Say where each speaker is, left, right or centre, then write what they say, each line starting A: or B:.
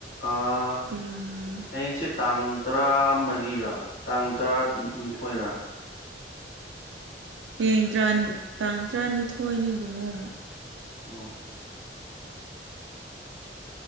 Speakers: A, on the left (about 55°); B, on the right (about 80°).
A: ꯑꯥ
B: ꯌꯥꯝ ꯃꯥꯜꯂꯦ
A: ꯍꯌꯦꯡꯁꯦ ꯇꯥꯡ ꯇꯔꯥ ꯃꯔꯤꯔꯥ ꯇꯥꯡ ꯇꯔꯥꯅꯤꯊꯣꯏꯔꯥ꯫
B: ꯍꯌꯦꯡ ꯇꯔ꯭ꯥꯅꯤ ꯇꯥꯡ ꯇꯔꯥꯅꯤꯊꯣꯏꯅꯦ ꯕꯨꯡꯉꯣ꯫
A: ꯑꯣ